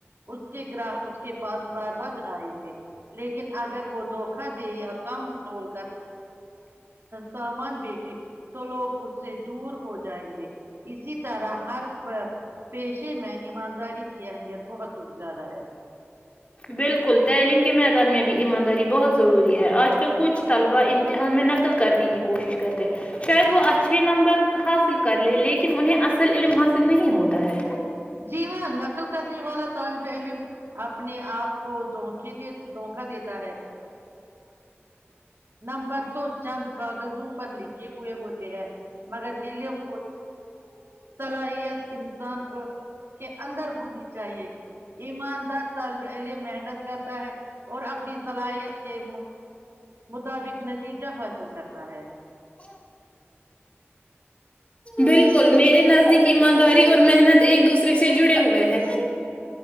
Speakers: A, on the right; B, on the left.
A: اس کے گراہک اس کے پاس بار بار آئیں گے لیکن اگر وہ دھوکا دے یا کام توول کر سامان بیچے تو لوگ اس سے دور ہو جائیں گے اسی طرح ہر پیشے میں ایمانداری کی اہمیت بہت کچ زیادہ ہے
B: بالکل تعلیم کے میدان میں بھی ایمانداری بہت ضروری ہے آج کل کچھ طلبہ امتحان میں نقل کرنے کی کوشش کرتے شاید وہ اچھے نمبر حاصل کر لے لیکن انہیں اصل علم حاصل نہیں ہوتا ہے
A: جی ہاں نقل کرنے والا طالب علم اپنے آپ کو دے د دھکا دیتا ہے نمبر تو چند کاغذوں پر لکھے ہوئے ہوتے ہیں مگر علم صلاحیت انسان کے اندر ہونی چاہیے ایماندار طالب علم محنت کرتا ہے اور اپنی صلاحیت کے مطابق نتیجہ حاصل کرتا ہے
B: بس بالکل میرے نزدیک ایمانداری اور محنت ایک دوسرے سے جڑے ہوئے ہے